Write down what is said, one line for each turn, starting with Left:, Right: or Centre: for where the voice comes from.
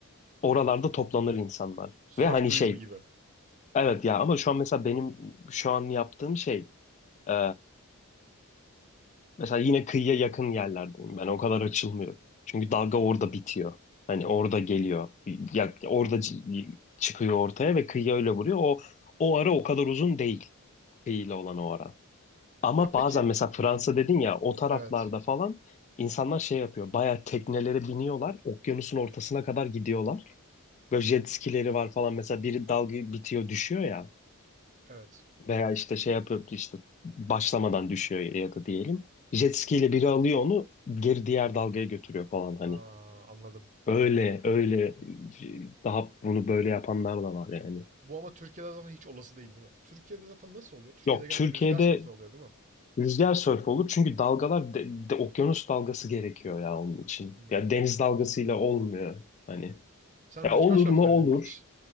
Left: Oralarda toplanır insanlar.
Right: Sörf
Left: Ve hani
Right: turizmi
Left: şey
Right: gibi.
Left: evet ya ama şu an mesela benim şu an yaptığım şey e, Mesela yine kıyıya yakın yerlerdeyim ben. O kadar açılmıyor Çünkü dalga
Right: Hmm.
Left: orada bitiyor. Hani orada geliyor. Ya, orada c- çıkıyor ortaya ve kıyıya öyle vuruyor. O, o ara o kadar uzun değil. Kıyıyla olan o ara. Ama
Right: Ya peki.
Left: bazen mesela Fransa dedin ya o taraflarda
Right: Evet.
Left: falan insanlar şey yapıyor. Bayağı teknelere biniyorlar. Okyanusun ortasına kadar gidiyorlar. Böyle jet skileri var falan. Mesela biri dalga bitiyor düşüyor ya.
Right: Evet.
Left: Veya işte şey yapıyor işte başlamadan düşüyor ya da diyelim. Jet ski ile biri alıyor onu geri diğer dalgaya götürüyor falan hani.
Right: Ha, anladım.
Left: Öyle
Right: Anladım.
Left: öyle daha bunu böyle yapanlar da var yani.
Right: Bu ama Türkiye'de zaten hiç olası değil değil mi? Türkiye'de zaten nasıl oluyor? Türkiye'de
Left: Yok
Right: genelde
Left: Türkiye'de
Right: rüzgar sörfü oluyor değil mi?
Left: rüzgar sörf olur çünkü dalgalar de, de- okyanus dalgası gerekiyor ya onun için.
Right: Hmm.
Left: Ya deniz dalgasıyla olmuyor hani.
Right: Sen
Left: Ya
Right: rüzgar
Left: olur
Right: sörfü
Left: mu
Right: denedin
Left: olur
Right: mi hiç?